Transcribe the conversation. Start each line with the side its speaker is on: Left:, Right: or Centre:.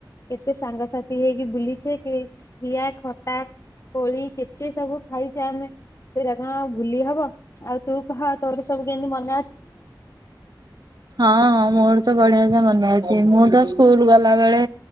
Left: କେତେ ସାଙ୍ଗସାଥି ହେଇକି ବୁଲିଛେ ଖଠିଆ ଖଟା କୋଳି କେତେ ସବୁ ଖାଇଛେ ଆମେ ସେଇଟ କଣ ଆଉ ଭୁଲି ହବ ଆଉ ତୁ କହ ତୋର ସବୁ କେମିତି ମନ
Right: ହଁ ହଁ ମୋର ତ ବଢିଆ ମନେ ଅଛି ମୁଁ ତ ସ୍କୁଲ ଗଲା ବେଳେ